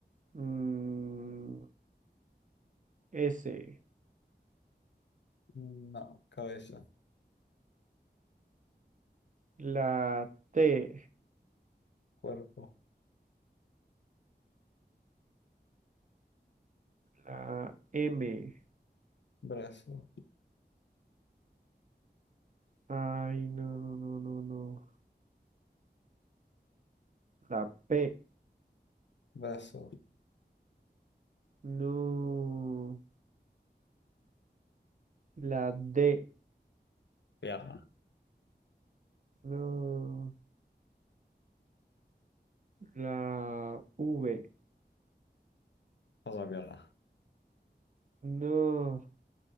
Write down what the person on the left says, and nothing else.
No, cabeza,
cuerpo,
brazo,
brazo,
pierna,
otra pierna.